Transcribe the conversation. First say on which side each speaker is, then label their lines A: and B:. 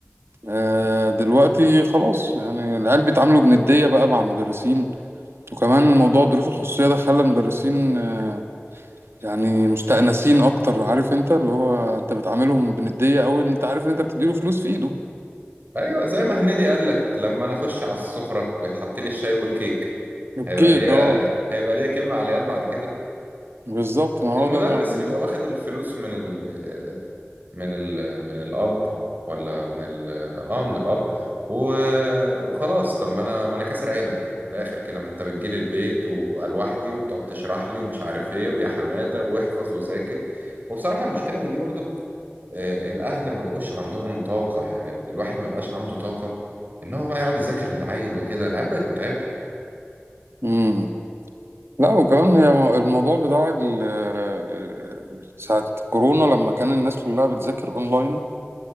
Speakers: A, on the right; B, on the right.
A: آه، دلوقتي خلاص يعني العيال بيتعاملوا بندية بقى مع المدرسين وكمان موضوع الدروس الخصوصية ده خلى المدرسين آه، يعني مستأنسين اكتر عارف انت اللي هو انت بتعاملهم بندية قوي ان انت عارف ان انت بتديله فلوس في ايده
B: ايوه زي ما هنيدي قال لك لما انا اخش على السفره ويتحط لي الشاي والكيك
A: الكيك
B: هيبقى ليا
A: اه
B: هيبقى ليا كلمه على العيال بعد كده
A: بالظبط
B: المدرس
A: ما هو ده اللي انا بكلمه
B: بيبقى واخد الفلوس من ال... من ال... من الاب ولا من ال... اه من الاب و... وخلاص طب ما انا ما انا كاسر عينك في الاخر كده ما انت بتجيلي البيت وأنا لوحدي وبتقعد تشرح لي ومش عارف ايه ويا حماده واحفظ وذاكر وبصراحه المشكله من دي برضو آه، الاهل ما بقوش عندهم طاقه يعني الواحد ما بقاش عنده طاقه ان هو بقى يقعد يذاكر العيل وكده العيال بقت متعبه
A: امم لا وكمان هي م- الموضوع بتاع ال- آه، ساعة كورونا لما كان الناس كلها بتذاكر اونلاين